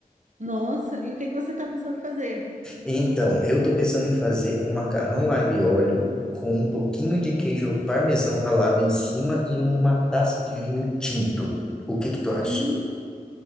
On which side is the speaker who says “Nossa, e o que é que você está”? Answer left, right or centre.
Right